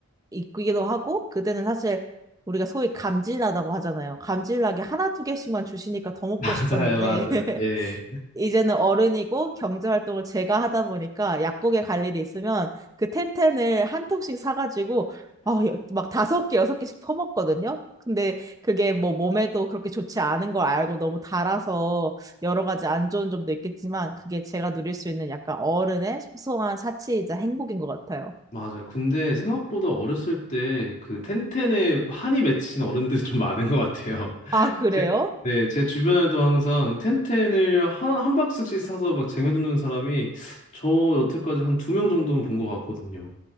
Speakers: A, on the right; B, on the left.
A: 있기도 하고, 그때는 사실 우리가 소위 감질나다고 하잖아요. 감질나게 하나, 두 개씩만 주시니까 더
B: <laughs>
A: 먹고
B: 맞아요,
A: 싶었는데,
B: 맞아요.
A: <laughs>
B: 네.
A: 이제는 어른이고 경제 활동을 제가 하다 보니까 약국에 갈 일이 있으면 그 텐텐을 한 통씩 사가지고 아, 막 다섯 개, 여섯 개씩 퍼먹거든요. 근데 그게 뭐 몸에도 그렇게 좋지 않은 걸 알고 너무 달아서 여러 가지 안 좋은 점도 있겠지만 그게 제가 누릴 수 있는 약간 어른의 소소한 사치이자 행복인 것 같아요.
B: 맞아요. 근데 생각보다 어렸을 때 그 텐텐에 한이 맺힌 어른들이 좀 많은 것 같아요. <laughs>
A: 아, 그래요?
B: 제, 네, 제 주변에도 항상 텐텐을 한, 한 박스씩 사서 막 쟁여두는 사람이 저 여태까지 한 두 명 정도는 본 것 같거든요.